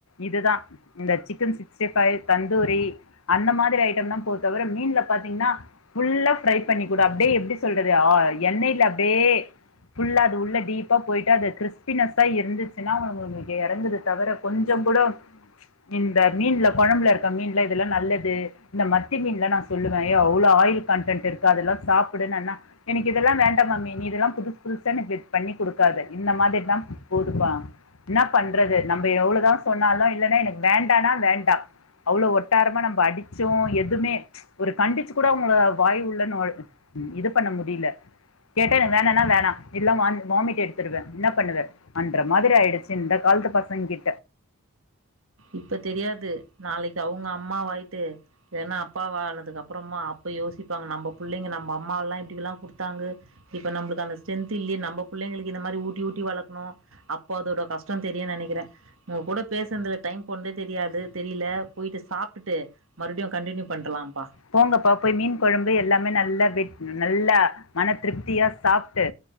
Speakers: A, on the left; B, on the right.
A: இதுதா இந்த chicken sixty five tandoori அந்த மாதிரி ஐட்டம் தா போ தவிர மீன்ல பாத்தீங்கன்னா ஃபுல்லா ப்ரை பண்ணிக் குடு அப் டே எப்டி சொல்றது ஆ எண்ணெய்ல அப்டே ஃபுல்லா அது உள்ள டீப்பா போய்ட்டு அது கிறிஸ்பினஸ்ஸா இருந்துச்சுன்னா அவுங்கெங்களுக்கு இறங்குது தவர கொஞ்சோ கூட இந்த மீன்ல கொழம்புல இருக்க மீன்ல இதெல்லா நல்லது இந்த மத்தி மீன்லா நா சொல்லுவே யே அவ்ளோ ஆயில் கண்டென்ட் இருக்கு அதெல்லா சாப்புடு நன்னா எனக்கு இதெல்லா வேண்டா மம்மி நீ இதெல்லா புதுசு புதுசா எனக்கு வெ பண்ணி குடுக்காத இந்த மாதிரிதா போதுப்பா என்னா பண்றது நம்ம எவ்ளோதா சொன்னாலு இல்லன்னா எனக்கு வேண்டானா வேண்டா அவ்ளோ ஒட்டாரமா நம்ம அடிச்சு எதுவுமே ஒரு கண்டிச்சு கூட அவுங்கள வாய் உள்ள நொல் இது பண்ண முடியில கேட்டா எனக்கு வேணானா வேணா இல்ல வாம் வாமிட் எடுத்துருவ என்ன பண்ணுவ பன்ற மாதிரி ஆயிடுச்சு இந்த காலத்து பசங்க கிட்ட
B: இப்ப தெரியாது நாளைக்கு அவுங்க அம்மா வாயிட்டு ஏனா அப்பா ஆனதுக்கு அப்றோமா அப்ப யோசிப்பாங்க நம்ம பிள்ளைங்க நம்ம அம்மால்லா இப்டில்லா குடுத்தாங்க இப்ப நம்ளுக்கு அந்த ஸ்ட்ரென்த் இல்லியே நம்ம பிள்ளைளுக்கு இந்த மாரி ஊட்டி ஊட்டி வளக்குணு அப்போ அதோட கஷ்டோ தெரியுன்னு நினைக்கிறே உங்க கூட பேசுனதுல டைம் போனதே தெரியாது தெரியில போயிட்டு சாப்டுட்டு மறுபடியு கண்டினியூ பண்றலாம்ப்பா
A: போங்கப்பா போய் மீன் கொழம்பு எல்லாமே நல்லா வெட் நல்லா மன திருப்தியா சாப்ட்டு